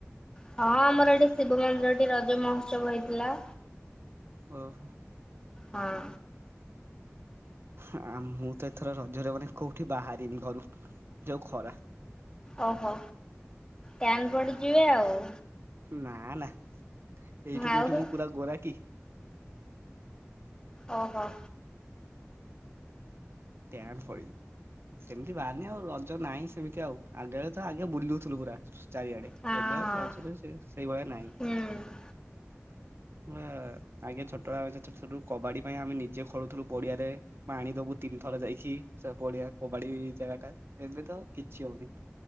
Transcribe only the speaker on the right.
ଓହୋ।
ଆଁ ମୁଁ ତ ଏଥର ରଜରେ ମାନେ କୋଉଠି ବାହାରିନି ଘରୁ ଯୋଉ ଖରା
ନା ନା ଏଇଠୁ
କୋଉଠି ମୁଁ ପୁରା ଗୋରା କି?
ଟ୍ୟାନ୍ ପଡିବି ସେମିତି ବାହାରିନି ଆଉ ରଜ ନାଇଁ ସେମିତି ଆଉ ଆଗେବେଳେ ତ ଆଗେ ବୁଲୁଥୁଲୁ ପୁରା। ଚାରିଆଡ଼େ
ଏବେ ଆଉ
ରଜରେ ସେ ସେଇଭଳିଆ ନାହିଁ।
ମୂଳା ଆଗେ ଛୋଟ ବେଳେ ଆମେ ଛୋଟ ଥୁଲୁ କବାଡ଼ି ପାଇଁ ଆମେ ନିଜେ ଖେଳୁଥିଲୁ ପଡ଼ିଆରେ ପାଣି ଦବୁୁ ତିନ ଥର ଯାଇକି ସ ପଡ଼ିଆ କବାଡ଼ି ଜାଗାଟା ଏବେ ତ କିଛି ହଉନି।